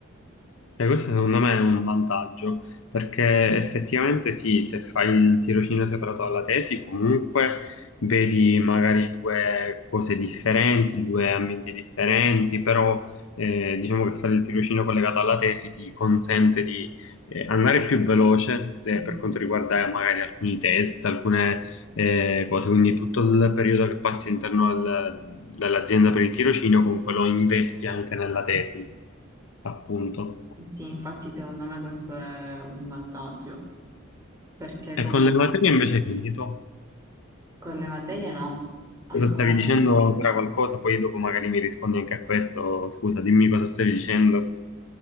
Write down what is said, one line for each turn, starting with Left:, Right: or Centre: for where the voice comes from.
Left: Eh, questo secondo me è un vantaggio, perché effettivamente sì, se fai il tirocinio separato dalla tesi, comunque vedi magari due cose differenti, due ambienti differenti, però eh, diciamo che fare il tirocinio collegato alla tesi ti consente di eh, andare più veloce eh,
Right: Mhm.
Left: per quanto riguarda magari alcuni test, alcune eh, cose, quindi tutto il periodo che passi all'interno del- dell'azienda per il tirocinio comunque lo investi anche nella tesi, appunto.
Right: Sì, infatti secondo me questo è un vantaggio, perché comunque
Left: E con le materie invece è finito.
Right: con le materie no, ancora
Left: Cosa stavi dicendo
Right: no.
Left: ancora qualcosa? Poi dopo magari mi rispondi anche a questo. Scusa, dimmi cosa stavi dicendo.